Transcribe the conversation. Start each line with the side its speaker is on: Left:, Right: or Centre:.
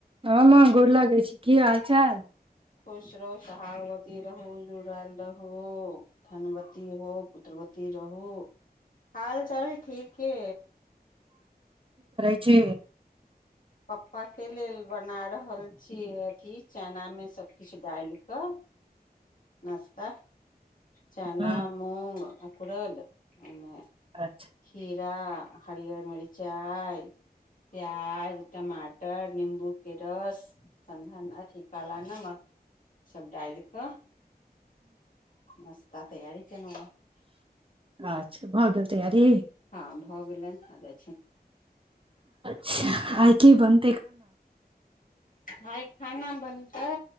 Right: हँ माँ गोर लागै छी की हाल चाल
Left: खुश रहू सुहागवती रहू जुड़ल रहू धनवती हो पुत्रवती रहू हाल चल ठीके
Right: छै
Left: पप्पा के लेल बना रहल छी अथी चनामे सब किछु डालक ह नस्त चना
Right: हँ
Left: मूंग अंकुरल ओमे
Right: अच्छा
Left: खीरा हरियर मिरीच मिचाइ प्याज टमाटर निम्बूके रस सधन अथी काला नमक सभ डालि कऽ नस्ता तैयारी केना
Right: अच्छा भऽ गेल तैयारी
Left: हँ भऽ गेलनि अ
Right: छ आइकेे बन
Left: भाय खाना बनतै